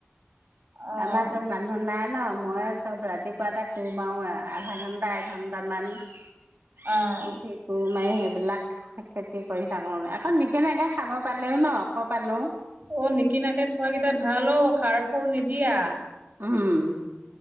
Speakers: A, on the right; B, on the right.
A: অ',
B: আমাৰতো মানুহ নাই ন মই চব ৰাতিপুৱাতে কুৰ মাৰো এ আউ, আধা ঘন্টা এঘন্টামান <unintelligible>
A: অ',
B: সেইবিলাক খেতি কৰি থাকো আমি, আকৌ নিকিনাকে খাব পালেও ন <unintelligible>
A: অ', নিকিনাকে খোৱাকেইটা ভাল অ', সাৰ সুৰ নিদিয়া।
B: উম।